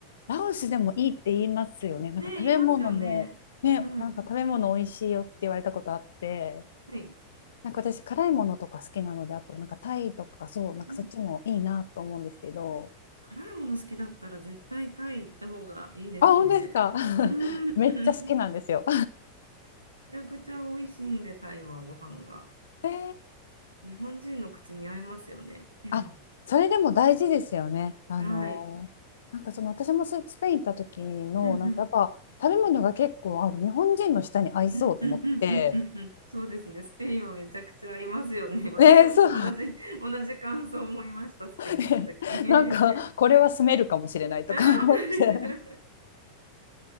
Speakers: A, on the left; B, on the right.
A: ラオスでもいいって言いますよね。なんか食べ物も、
B: ねえ、言いますよね。
A: ね、
B: うん。
A: なんか食べ物美味しいよって言われたことあって、
B: はい。
A: なんか私、辛いものとか好きなので、あと、なんかタイとか、そう、なんかそっちもいいなと思うんですけど、
B: うん。辛いもの好きだったら絶対タイ行った方がいいですね。
A: あ、本当ですか <laughs>
B: うん。
A: めっちゃ好きなんですよ。
B: <laughs> めちゃくちゃ美味しいんで、タイはご飯が。
A: えー、
B: 日本人の口に合いますよね。うん。
A: あ、それでも大事ですよね。あのーなんかその私もススペイン行った時の、
B: はい。うんうん。
A: なんかやっぱ食べ物が結構、あ、日本人の舌に合いそうと思って、
B: うんうんうんうんうんうん。そうですね。スペインはめちゃくちゃ合いますよね。<laughs> 私も同じ、
A: ね、そう。
B: 同じ感想を思いました。スペイン行った時。
A: って <laughs>
B: <laughs>
A: なんかこれは住めるかもしれないとか思って
B: うん、わか
A: <laughs>
B: る。